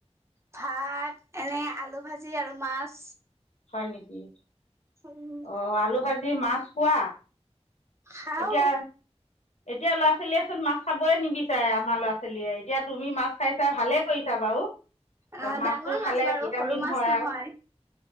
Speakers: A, on the right; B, on the left.
A: ভাত, এনে আলু ভাজি আৰু মাছ
B: হয় নেকি?
A: উম
B: অ আলু ভাজি তুমি মাছ খোৱা?
A: খাও
B: এতিয়া এতিয়া ল'ৰা ছোৱালীয়েচোন মাছ খাবয়ে নিবিচাৰে আমাৰ ল'ৰা ছোৱালীয়ে। এতিয়া তুমি মাছ খাইছা ভালে কৰিছা বাৰু।
A: আহ
B: মাছটো
A: ডাঙৰ
B: খালে
A: মাছ বাৰু,
B: ভিটামিন
A: সৰু মাছ
B: হয়
A: নহয়।